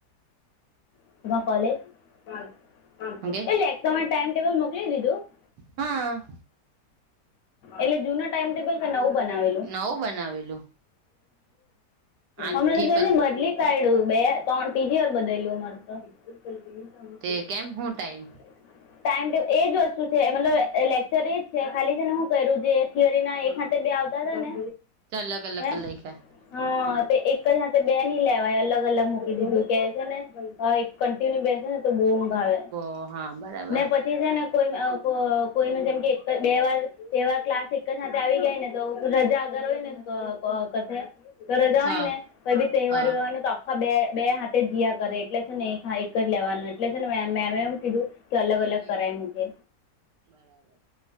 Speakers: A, on the left; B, on the right.
A: એક તો મેં
B: હું
A: ટાઈમટેબલ
B: કે
A: મોકલી દીધું.
B: હા.
A: એટલે જૂના ટાઈમ ટેબલ કે નવું બનાવેલું.
B: નવું બનાવેલું આઠ
A: હમણે
B: થી
A: તો જોને
B: પં
A: બદલી કાઢ્યું બે ત્રણ ત્રીજી વાર બદલું અમારુ તો. <unintelligible>
B: તે કેમ હું ટાઈમ
A: ટાઈમ ટે એજ વસ્તુ છે મતલબ લેક્ચર એજ છે ખાલી. ને હું કરું જે થિયરી ના એ હાતે બે આવતા હતા ને.
B: ચાલ અલગ અલગ
A: હ
B: કર લયખા
A: હા તે એક. તે બે નહી લેવાય અલગ અલગ મૂકી દીધું કે છે ને એક કન્ટિન્યુ બેસે ને. તો બહુ ઊંઘ આવે
B: બો હા બરાબર
A: ને પછી. જે છે ને કોઈ કો કોઈનું જેમ કે એક બે વાર. બે ક્લાસ એક જ સાથે આવી ગાય ને તો રજા અગર હોય ને તો. ક તો રજા
B: હા
A: હોય ને તો બી તહેવાર
B: હા
A: વહેવાર ન તો. બે બે હાથે જયા કરે એટલે છે ને એક એક જ લેવાનું એટલે છે ને મે એમ કીધું. કે અલગ અલગ
B: હમ
A: કરાય મુકે
B: બરાબર